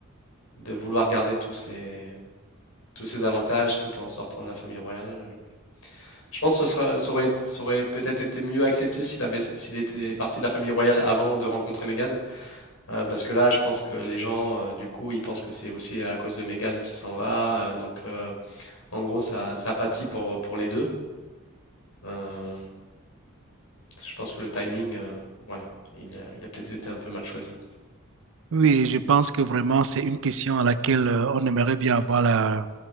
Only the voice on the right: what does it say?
Oui, je pense que vraiment, c'est une question à laquelle euh, on aimerait bien avoir la,